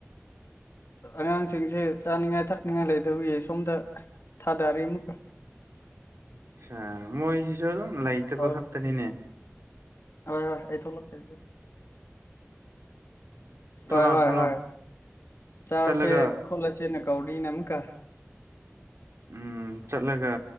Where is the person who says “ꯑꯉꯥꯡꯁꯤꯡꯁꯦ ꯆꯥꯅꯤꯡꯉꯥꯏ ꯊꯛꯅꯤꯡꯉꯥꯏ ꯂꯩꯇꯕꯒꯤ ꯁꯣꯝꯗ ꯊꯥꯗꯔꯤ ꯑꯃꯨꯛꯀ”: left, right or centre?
Left